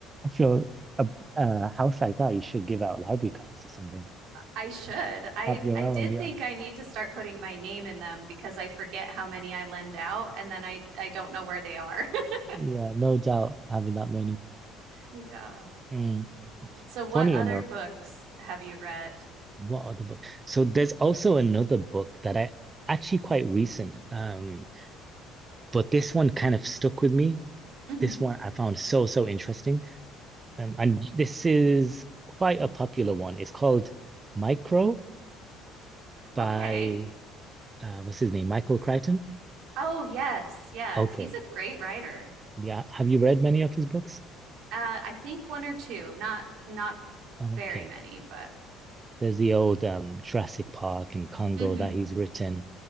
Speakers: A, on the right; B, on the right.
A: I feel a, a house like that, you should give out library cards or something.
B: I should. I
A: Have your
B: I
A: own,
B: did
A: yeah.
B: think I need to start putting my name in them because I forget how many I lend out and then I I don't know where they are. <laughs>
A: Yeah, no doubt having that many.
B: Yeah.
A: Mm.
B: So, what
A: Funny
B: other
A: enough,
B: books have you read?
A: what other book? So there's also another book that I actually quite recent, um, but this one kind of stuck with me.
B: hmm
A: This one I found so, so interesting. Um, and this is quite a popular one. It's called Micro by,
B: Okay.
A: uh, what's his name? Michael Crichton.
B: Oh, yes, yes.
A: Okay.
B: He's a great writer.
A: Yeah. Have you read many of his books?
B: Uh, I think one or two, not not
A: Okay.
B: very many, but
A: There's the old um, Jurassic Park in Congo
B: hmm
A: that he's written,